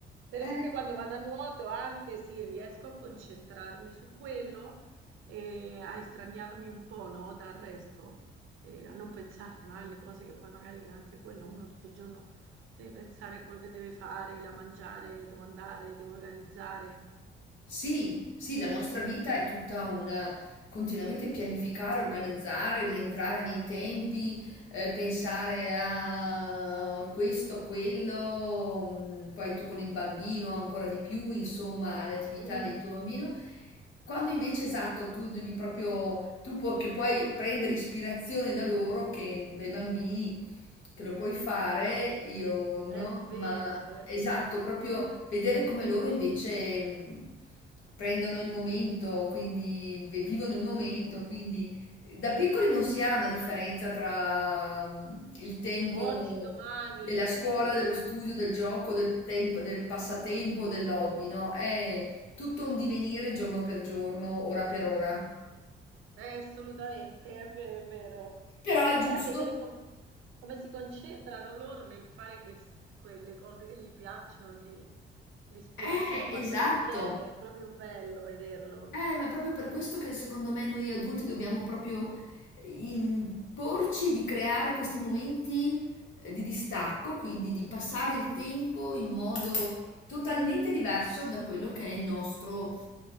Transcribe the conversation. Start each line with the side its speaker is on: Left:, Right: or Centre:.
Right: Per
Left: Eh,
Right: esempio quando vado a nuoto anche sì, riesco a concentrarmi su quello e a estraniarmi un po', no, dal resto, e a non pensare mai alle cose che poi magari anche quello uno tutto il giorno deve pensare a quello che deve fare, la mangiare, devo andare, devo organizzare.
Left: sì, sì, la nostra vita è tutta una continuamente pianificare, organizzare, rientrare nei tempi, eh, pensare a questo, quello, mm, poi tu con il bambino ancora di più, insomma, alle attività
Right: Uh,
Left: del tuo bambino. Quando invece esatto, tu devi proprio, tu pu- che puoi prendere ispirazione da loro, che, dai bambini, che lo puoi fare, io no,
Right: è vero,
Left: ma
Right: eh.
Left: esatto, proprio vedere come loro invece mh, prendono il momento, quindi vi- vivono il momento,
Right: Vivono
Left: quindi da piccoli non si ha una differenza tra mh, il tempo
Right: oggi, domani,
Left: della
Right: sì,
Left: scuola, dello studio, del gioco, del tempo, del passatempo, del hobby, no? È tutto un divenire giorno per giorno, ora per ora.
Right: eh, assolutamente, è vero, è vero.
Left: Però è
Right: E
Left: giusto.
Right: poi vedere com- come si concentrano loro nel fare quest- quelle cose che gli piacciono, gli- l'ispirazione
Left: Eh,
Right: quando
Left: esatto.
Right: gli viene è proprio bello vederlo.
Left: Eh, ma è proprio per questo che secondo me noi adulti dobbiamo proprio eh, imporci di creare questi momenti eh, di distacco, quindi di passare il tempo in modo totalmente diverso da quello che è il nostro